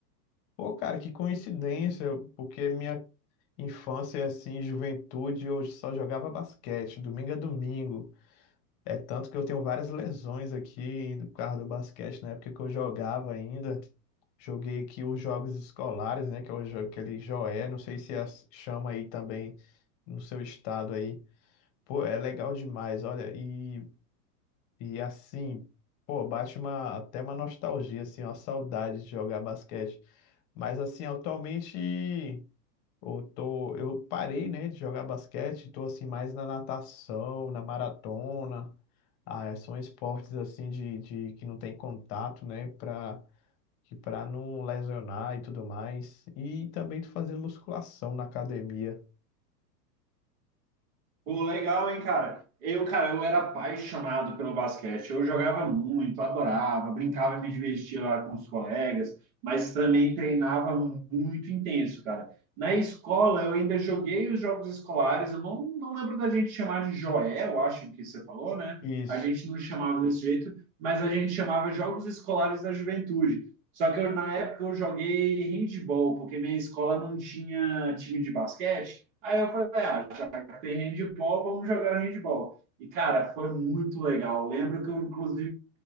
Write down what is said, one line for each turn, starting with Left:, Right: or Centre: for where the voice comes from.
Left: Pô, cara, que coincidência, porque minha infância, assim, juventude, eu só jogava basquete, domingo a domingo. É tanto que eu tenho várias lesões aqui do carro do basquete, na época que eu jogava ainda. Joguei aqui os jogos escolares, né, que é o jo- aquele Joé, não sei se as- chama aí também no seu estado aí. Pô, é legal demais, olha, e, e assim, pô, bate uma, até uma nostalgia, assim, uma saudade de jogar basquete. Mas assim, atualmente eu tô, eu parei, né, de jogar basquete, tô assim mais na natação, na maratona. Ah, são esportes assim de, de que não tem contato, né, para que para não lesionar e tudo mais. E também tô fazendo musculação na academia.
Right: Pô, legal, hein, cara? Eu, cara, eu era apaixonado pelo basquete. Eu jogava muito, adorava, brincava, me divertia lá com os colegas, mas também treinava muito intenso, cara. Na escola, eu ainda joguei os jogos escolares. Eu não, não lembro da gente chamar de Joel, eu acho que você falou, né?
Left: Isso.
Right: A gente não chamava desse jeito, mas a gente chamava Jogos Escolares da Juventude. Só que eu, na época eu joguei handball, porque minha escola não tinha time de basquete. Aí eu falei, ah, tem handball, vamos jogar handball. E, cara, foi muito legal. Lembro que eu, inclusive,